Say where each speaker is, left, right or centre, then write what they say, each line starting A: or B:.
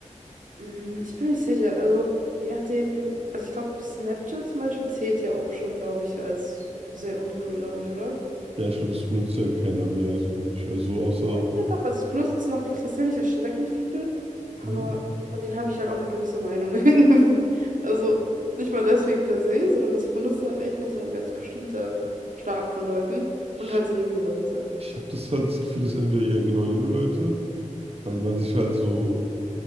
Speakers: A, on the right; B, on the right.
A: mm, ich bin nicht sicher. Also, je nachdem, also ich glaube, Snapchat zum Beispiel zählt ja auch schon, glaube ich, als sehr uncool, glaube ich, oder?
B: Ja, ich glaube, das benutzt ja keiner mehr so wirklich. Also außer,
A: Ja, doch, also es benutzen noch tatsächlich erschreckend viele, aber
B: hm,
A: von denen habe ich halt auch eine gewisse Meinung <laughs> irgendwie. Also nicht mal deswegen per se, sondern das benutzen halt echt noch so ein ganz bestimmter Schlag von Leuten
B: ich,
A: und halt sehr junge Leute.
B: ich habe das halt das Gefühl, dass entweder ja genau junge Leute, weil man sich halt so